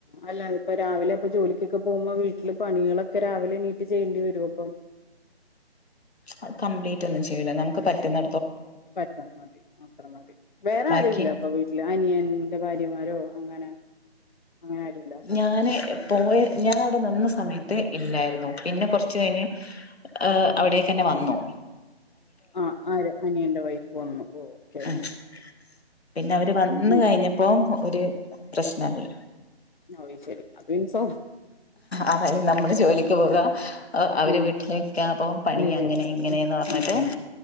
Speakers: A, on the left; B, on the left.
A: അല്ല അത് പ്പ രാവിലെ ഇപ്പൊ ജോലിക്കൊക്കെ പോവുമ്പോ വീട്ടില് പണികളൊക്കെ രാവിലെ എണീറ്റ് ചെയ്യേണ്ടി വരൊ അപ്പം
B: അ കംപ്ലീറ്റ് ഒന്നും ചെയ്യില്ല നമുക്ക് പറ്റുന്ന
A: പറ്റാ മതി അത്ര മതി വേറെ
B: ബാക്കി
A: ആരുല്ല അപ്പ വീട്ടില് അനിയൻ ന്റെ ഭാര്യമാരോ അങ്ങനെ അങ്ങനെ ആരുല്ല
B: ഞാന് പോയ ഞാവിടെ നിന്നസ സമയത്ത് ഇല്ലായിരുന്നു പിന്നെ കൊറച്ച് കൈഞ്ഞ് ആഹ് അവിടെക്കന്നെ വന്നോ
A: ആ ആര് അനിയന്റെ വൈഫ് പൊ വന്നു ഓ ഓക്കെ
B: ആ
A: ഓക്കെ
B: <unintelligible> ഹ പിന്നെ അവര് വന്ന്
A: ഉം
B: കഴിഞ്ഞപ്പോ
A: ഉം
B: ഒരു പ്രശ്നായി
A: ആഹ് ശരി അതിൻസോ
B: അതായത് നമ്മള് ജോലിക്ക് പോകാ അവര്
A: ആഹ്
B: വീട്ടില്ക്ക അപ്പ പണി
A: ചെയ്യും
B: അങ്ങനെ ഇങ്ങനെന്ന്
A: ഉം
B: പറഞ്ഞിട്ട്
A: ഉം ഉം